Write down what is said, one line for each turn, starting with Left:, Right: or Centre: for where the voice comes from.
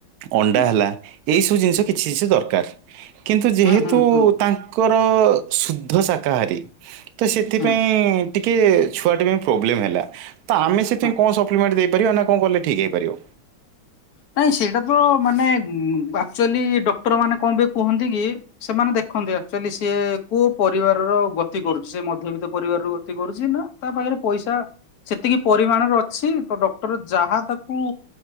Right: ଅଣ୍ଡା
Left: ହୁଁ
Right: ହେଲା ଏଇସବୁ ଜିନିଷ କିଛି କିଛି ଦରକାର୍। କିନ୍ତୁ ଯେହେତୁ
Left: ହୁଁ ହୁଁ ହୁଁ
Right: ତାଙ୍କ। ର ସୁଦ୍ଧ ଶାକାହାରୀ। ତ ସେଥିପାଇଁ
Left: ହୁଁ
Right: ଟିକେ ଛୁଆଟେ ପାଇଁ ପ୍ରୋବ୍ଲେମ ହେଲା। ତ ଆମ ସେଥିପାଇଁ
Left: ହଁ
Right: କଣ ସପ୍ଲିମେଣ୍ଟ ଦେଇ ପାରିବା ନା କଣ କଲେ ଠିକ୍ ହେଇପାରିବ।
Left: ନାଇଁ ସେଇଟା ତ ମାନେ ଉଁ ଆକ୍ଚୁଆଲି ଡକ୍ଟର ମାନେ କଣ ପାଇଁ କୁହନ୍ତି କି ସେମାନେ ଦେଖନ୍ତି ଆକ୍ଚୁଆଲି ସିଏ କୋଉ ପରିବାରର ଗତି କରୁଛି ସେ ମଧ୍ୟବିତ୍ତ ପରିବାର ରୁ ଗତି କରୁଛି ନା ତା ପାଖରେ ପଇସା ସେତିକି ପରିମାଣରେ ଅଛି ତ ଡକ୍ଟର ଯାହା ତାକୁ